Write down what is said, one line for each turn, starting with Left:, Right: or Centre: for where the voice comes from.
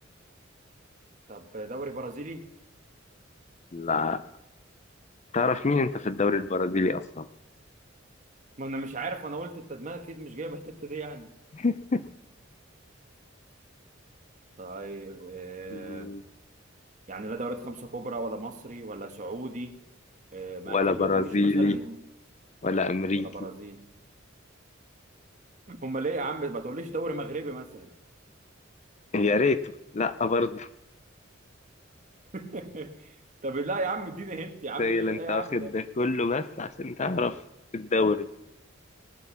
Right: طب دوري برازيلي
Left: لا تعرف مين أنت في الدوري
Right: آه.
Left: البرازيلي أصلا
Right: ما انا مش عارف انا قلت انت دماغك اكيد مش جايبه الحته دي يعني
Left: <laughs>
Right: طيب آه.
Left: مم.
Right: يعني لا دوريات خمسه كبرى ولا مصري ولا سعودي آه. ما
Left: ولا
Right: اكيد
Left: برازيلي
Right: ما تقوليش مثلا
Left: ولا أمريكي
Right: ولا برازيل امال ليه يا عم ما تقوليش دوري مغربي مثلا
Left: يا ريته لا برضه
Right: <laughs> طب لا يا عم اديني هنت يا عم
Left: تخيل
Right: ايه
Left: أنت
Right: ايه يا
Left: واخد
Right: عم ده
Left: ده كله بس عشان تعرف الدوري